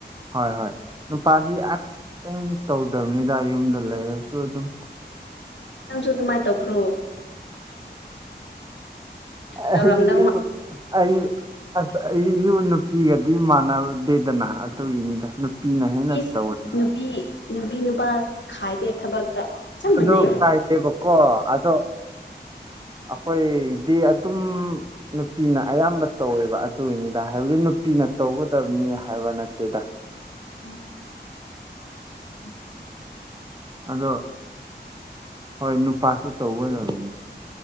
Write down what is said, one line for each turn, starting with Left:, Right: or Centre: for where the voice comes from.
Right: ꯍ ꯍ ꯅꯨꯄꯥꯕꯤ ꯑꯁ ꯀꯩꯏꯝ ꯇꯧꯗꯕꯅꯤꯗ ꯌꯨꯝꯗ ꯂꯩꯔꯁꯨ ꯑꯗꯨꯝ
Left: ꯅꯪꯁꯨꯨ ꯇꯃꯥꯏ ꯇꯕꯣ
Right: ꯑꯨ
Left: ꯇꯧꯔꯝꯗꯧ ꯃꯥ
Right: ꯑ ꯑꯁ ꯑꯩꯁꯨ ꯅꯨꯄꯤꯒꯗꯤ ꯃꯥꯟꯅꯔꯨꯗꯦꯗꯅ ꯑꯗꯨꯒꯤꯅꯤꯗ ꯄꯄꯤꯅ ꯍꯦꯟꯅ
Left: ꯏꯁ
Right: ꯇꯧꯋꯦꯕ
Left: ꯅꯨꯄꯤ ꯅꯨꯄꯤ ꯅꯨꯄꯥ ꯈꯥꯏꯗꯦ ꯊꯕꯛꯇ ꯆꯞ ꯃꯥꯟꯅꯩ
Right: ꯑꯗꯣ ꯀꯥꯏꯗꯦꯕꯀꯣ ꯑꯗꯣ ꯑꯩꯈꯣꯏꯗꯤ ꯑꯗꯨꯝ ꯅꯨꯄꯤꯅ ꯑꯌꯥꯝꯕ ꯇꯧꯋꯦꯕ ꯑꯗꯨꯒꯤꯅꯤꯗ ꯍꯥꯏꯕꯗꯤ ꯄꯤꯅ ꯇꯧꯒꯗꯕꯅꯤ ꯍꯥꯏꯕ ꯅꯠꯇꯦꯗ
Left: ꯑ
Right: ꯑꯗꯣ ꯍꯣꯏ ꯅꯨꯄꯥꯁꯨ ꯇꯧꯒꯗꯕꯅꯤ